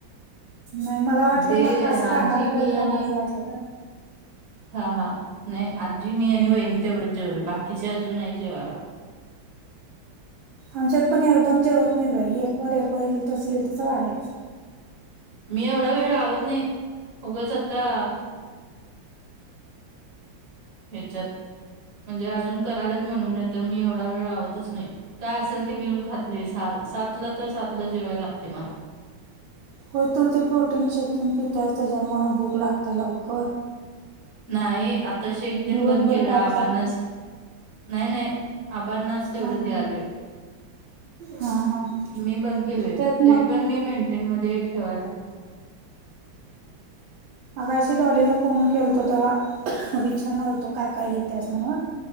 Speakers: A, on the right; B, on the right.
A: नाही मला वाटलं
B: ते
A: मग असं कानाला
B: आजी
A: कळ
B: मी
A: झाला
B: आणि
A: असं वाटलं ग..
B: हा हा नाही आजी मी आणि वहिणी तेवढंच जेवले बाकीचे अजून नाही जेवायला..
A: आमच्यात पण एकदम जेवत नाहीत भाई एक ववर एकवर येईल तसं येईल तसं वाढायचं..
B: मी एवढा वेळ लावत नाही उगच आता.. ह्याच्यात म्हणजे अजून करायलात म्हणून नाही तर मी एवढा वेळ लावतच नाही काय अस. असल ते घेऊन खात नाहील सातलं तर सातलं जेवायला लागते मला..
A: हो तू ते प्रोटीन शेक पन पितस त्याच्यामुळं भूक लागते लवकर..
B: नाही आता शेक तेण
A: दिवसभर
B: बंद केल
A: काय
B: आबांनाच.
A: खात नाही
B: नाही नाही आबांनाच तेवढं
A: हा
B: दयालोय.
A: हा हा हा
B: मी बंद केलोय
A: तेच
B: तरी पण मी मेंटेन मध्ये ठेवायला
A: आकाशी डॉलीला फोन केलतो तेव्हा. विचारणार होतो काय काय घेतेस म्हणून.